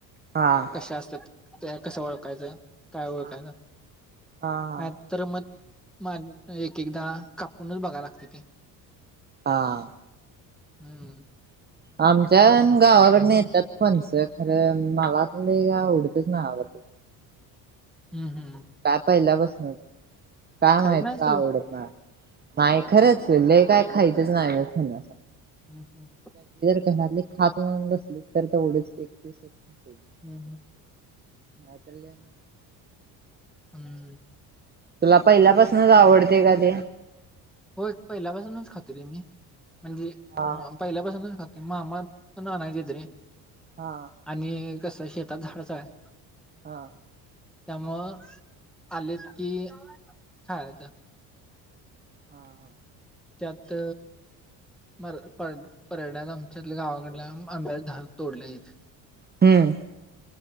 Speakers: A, on the right; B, in the centre.
A: हा हा
B: कशा असत ते कसं ओळखायचं काय ओळखायचं
A: हा हा
B: नाय तर मग माग एक एकदा कापूनच बघायला लागतय ते.
A: हा.
B: हम्म.
A: आमच्या गावाकडन येत्यात फणसं खरं मला तरी आवडतच नाई आबा. <unintelligible>
B: हम्म हम्म
A: काय पहिल्या बसनच काय
B: खायत
A: माहित
B: नाहीस
A: का
B: तू
A: आवडत नाय. नाही खरंच ल काय खायचंच नाही खण
B: हम्म हम्म
A: घरले खाच मगून बसली तर तेवढेच एक पस ख
B: हम्म हम्म
A: मातल्या ना
B: हम्
A: तुला पहिल्यापासूनच आवडते का ते
B: हो एक पहिल्यापासूनच खाते रे मी म्हणजे
A: हा
B: ह पहिल्यापासूनच खाते कि मामा पण आण गेत रे
A: हा
B: आणि कस शेतात झाडच आहे
A: हा हा
B: त्यामुळ आलेत कि खाळायचं
A: हा हा
B: त्यात म पर परण्यात आमच्यात गावाकडल्या अं्या ार तोडलंयथ
A: हम्म